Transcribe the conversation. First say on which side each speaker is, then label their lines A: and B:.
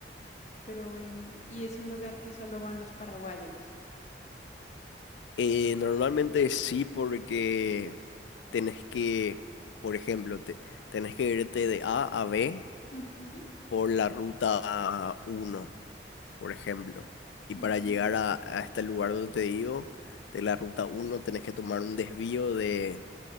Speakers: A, on the left (about 40°); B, on the left (about 80°).
A: Pero bueno, y es un lugar que solo van los paraguayos.
B: Eh, normalmente sí porque tenés que, por ejemplo, te, tenés que irte de A a B
A: Ujú,
B: por la ruta uno por ejemplo. Y
A: ujú.
B: para llegar a, a este lugar donde te digo, de la ruta uno tenés que tomar un desvío de